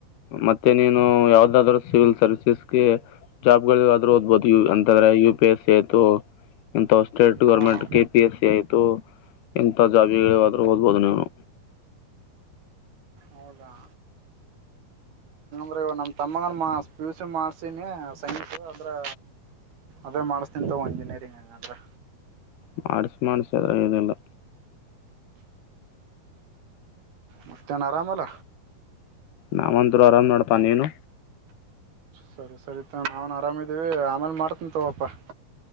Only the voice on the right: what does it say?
ಹಾಂ
ಹೌದಾ ಅ ಇವ ನಮ್ಮ ತಮ್ಮಗ ಮಾ ಪಿ ಯು ಸಿ ಮಾಡ್ಸೀಿನಿ ಸೈನ್ಸ ಅಂದರೆೆ ಅದೇ ಮಾಡ್ಿಸ್ ತಿಂತಾವ ಇಂಜಿನಿಯರಿಂಗ್ ಹಂಗ ಅಂದ್ರೆ
ಮಸ್ತೇನ ಆರಾಮಲ್ಲ
ಸರಿ ಸರಿತ ನಾವನ್ ಆರಾಮಿದೀವಿ ಆಮೇಲೆ ಮಾಡ್ತಂತವಪ್ಪ